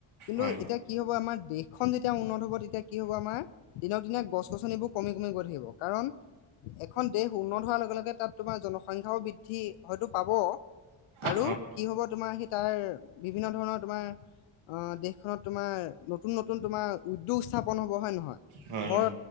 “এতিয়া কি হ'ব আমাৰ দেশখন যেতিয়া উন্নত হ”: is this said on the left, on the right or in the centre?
Left